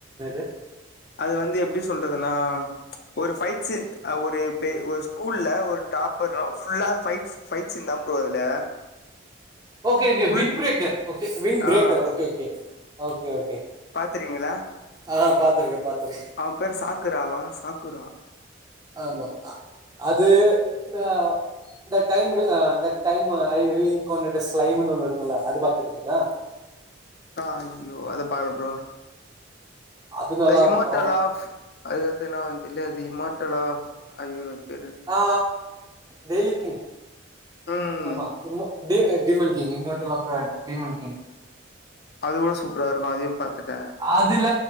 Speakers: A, on the right (about 20°); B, on the left (about 50°).
A: <unintelligible>
B: அது வந்து எப்டி சொல்றதுன்னா ஒரு ஃபைட் சீன் ஒரு ஒரு ஸ்கூல்ல ஒரு டாப்பர் ஃபுல்லா ஃபைட்ஸ் ஃபைட் சின் தா ப்ரோ அதுல
A: okay okay
B: full
A: win breaker okay win breaker
B: ஆ
A: okay okay okay okay
B: பாத்துருகீங்ளா
A: ஆ பாத்துருக்கே பாத்துருக்கே
B: அவெ பேரு சாக்குராவா சாக்குரா
A: ஆமா அது இந்த இந்த டைம்ரு டைமு ஐ ரிங் காணொடெஸ் லைவுனு ஒன்னு இருக்குல்ல அது பாத்துருக்கீங்ளா
B: ஆ ஐயோ அது பாக்கல ப்ரோ
A: அது நல்லா
B: த இம்மார்ட்டல்
A: இருக்கும்
B: ஆஃப் அதுக்கட்த்து என்ன வரு தெர்ல த இம்மார்ட்டல் ஆஃப் ஐயோ பேரு
A: ஆ டெய்லி கிங்
B: ம்
A: ஆமா டிமோ டீ demon king immortal of demon king
B: அது கூட சூப்பரா இருக்கு அதையு பாத்துட்டே
A: அதுல